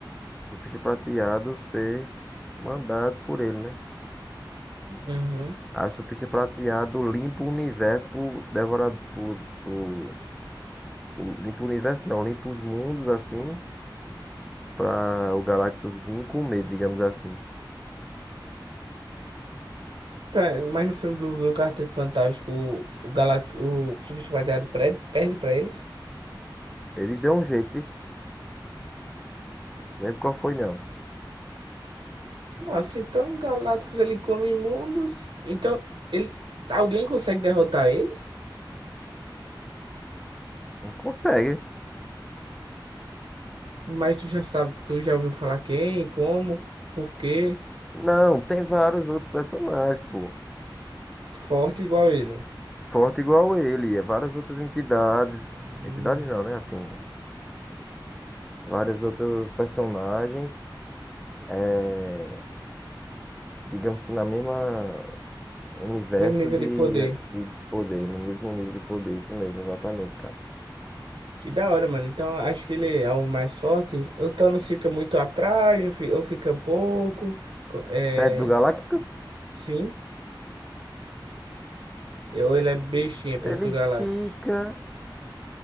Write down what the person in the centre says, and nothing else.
Surfista prateado ser mandado por ele, né?
Aí o surfista prateado limpa o universo por devorar por, por, o- limpa o universo não, limpa os mundos assim para o Galactus vir comer, digamos assim.
Eles dão um jeito, isso. Lembro qual foi, não.
Não consegue.
Não, tem vários outros personagens, pô.
Forte igual ele, é várias outras entidades.
Entidades não, né? Assim, várias outros personagens. É, digamos que na mesma. Universo
de,
de poder, no mesmo nível de poder, isso mesmo, exatamente, cara.
Perto do Galácticos,
ele
fica.